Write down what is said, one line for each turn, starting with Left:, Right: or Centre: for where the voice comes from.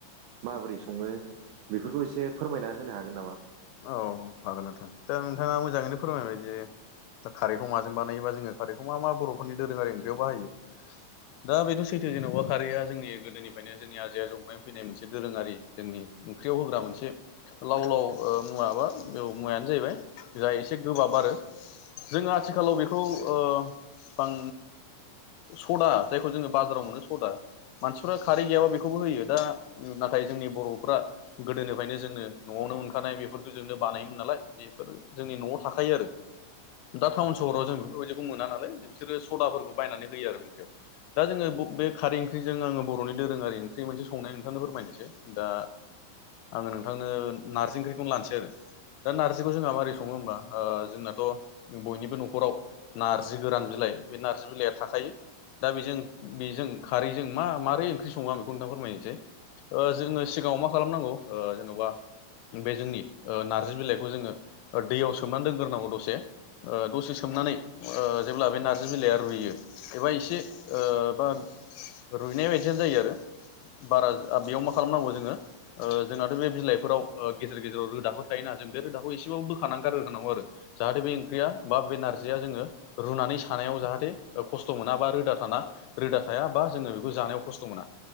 Right: माबोरै सङो बेफोरखौ एसे फोरमायना होनो हागोन नामा?
Left: औ हागोन नोंथां दा नोंथाङा मोजाङैनो फोरमायबाय जे दा खारदैखौ माजों बानायोबा जोङो खारदैखौ मा मा बर'फोरनि दोरोङारि ओंख्रियाव बाहायो। दा बेथ' सैथो जेनेबा खारिया जोंनि गोदोनिफ्रायनो जोंनि आजै आजौनिफ्राय फैनाय मोनसे दोरोङारि जोंनि ओंख्रियाव होग्रा मोनसे लाव लाव मुवा बा बे मुवायानो जाहैबाय जोंहा एसे गोबाब आरो। जोङो आथिखालाव बेखौ ओ बां सदा जायखौ जोङो बाजाराव मोनो सदा मानसिफ्रा खारदै गैयाबा बेखौबो होयो दा नाथाय जोंनि बर'फ्रा गोदोनिफ्रायनो जोङो न'आवनो मोननाय थाखानाय बेफोरखौ जोंनो बानायोमोन नालाय बेफोरो जोंनि न'आव थाखायो आरो। दा टाउन सहराव जों बेफोरबायदिखौ मोना नालाय बिसोरो सदाफोरखौ बायनानै होयो आरो ओंख्रियाव। दा जोङो बे खारदै ओंख्रिजों आङो बर'नि दोरोङारि ओंख्रि मोनसे संनाय नोंथांनो फोरमायनोसै दा आङो नोंथांनो नारजि ओंख्रिखौनो लानोसै आरो। दा नारजिखौ जोंहा माबोरै सङो होमबा ओ जोंनाथ' बयनिबो न'खराव नारजि गोरान बिलाइ बे नारजि बिलाइया थाखायो। दा बेजों बेजों खारदैजों मा मारै ओंख्रि सङो आं बेखौ नोंथांनो फोरमायनोसै ओ जोङो सिगाङाव मा खालामनांगौ जेन'बा बे जोंनि नारजि बिलाइखौ जोङो दैयाव सोमनानै दोनग्रोनांगौ दसे ओ दसे सोमनानै जेब्ला बे नारजि बिलाइया रुइयो। एबा एसे बा रुइनाय बायदियानो जायो आरो। बारा बेयाव मा खालामनांगौ जोङो जोंनाथ' बे बिलाइफोराव गेजेर गेजेराव रोदाफोर थायोना जों बे रोदाखौ एसेबाबो बोखारना गारगोरखानांगौ आरो। जाहाथे बे ओंख्रिया बा बे नारजिया जोङो रुनानै सानायाव जाहाथे खस्थ' मोना बा रोदा थाना रोदा थाया बा जोङो बेखौ जानायाव खस्थ' मोना।